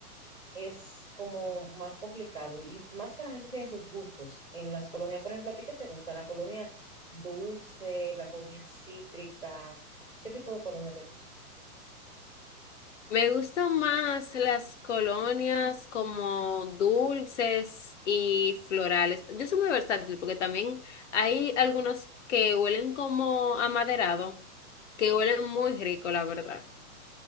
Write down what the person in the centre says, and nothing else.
es como más complicado y más que la gente tiene sus gustos en las colonias. Por ejemplo, ¿a ti qué te gusta? ¿La colonia dulce, la colonia cítrica? ¿Qué tipo de colonia te gusta?